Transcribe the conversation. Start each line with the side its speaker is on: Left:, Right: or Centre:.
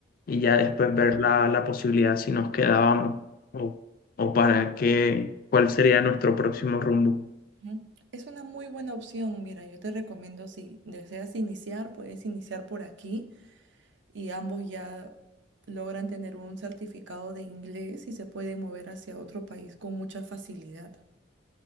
Left: y ya después ver la, la posibilidad si nos quedábamos o, o para qué, cuál sería nuestro próximo rumbo.
Right: Ujú. Es una muy buena opción. Mira, yo te recomiendo si deseas iniciar, puedes iniciar por aquí y ambos ya logran tener un certificado de inglés y se pueden mover hacia otro país con mucha facilidad